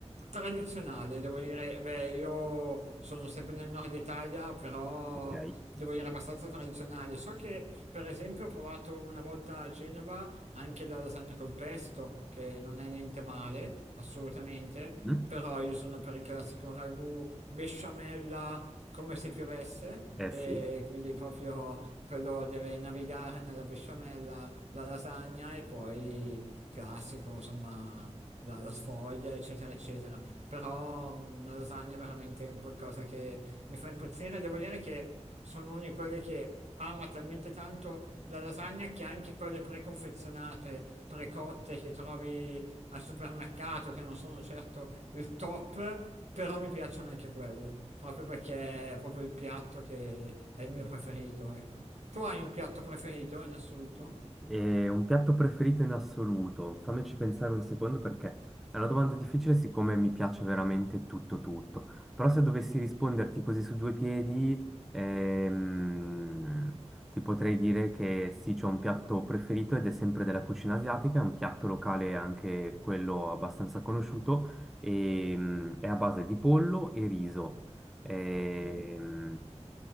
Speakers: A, on the right (about 75°); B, in the centre.
A: Tradizionale, devo dire, beh, io sono sempre nel nord Italia, però
B: Ok.
A: devo dire abbastanza tradizionale. So che, per esempio, ho provato una volta a Genova anche la lasagna col pesto, che non è niente male, assolutamente,
B: Mhm.
A: però io sono per il classico ragù besciamella come se piovesse,
B: Eh
A: e
B: sì.
A: quindi proprio quello deve navigare nella besciamella, la lasagna e poi classico, insomma, la, la sfoglia, eccetera, eccetera. Però mh, la lasagna è veramente un qualcosa che mi fa impazzire. Devo dire che sono uno di quelli che ama talmente tanto la lasagna che anche quelle preconfezionate, precotte che trovi al supermercato, che non sono certo il top. Però mi piacciono anche quelle, proprio perché è proprio il piatto che è il mio preferito, ecco. Tu hai un piatto preferito in assoluto?
B: E un piatto preferito in assoluto? Fammici pensare un secondo perché è una domanda difficile siccome mi piace veramente tutto tutto. Però se dovessi risponderti così su due piedi, ehm, ti potrei dire che sì, c'ho un piatto preferito ed è sempre della cucina asiatica, è un piatto locale anche quello abbastanza conosciuto e, mm, è a base di pollo e riso. Ehm,
A: Mm?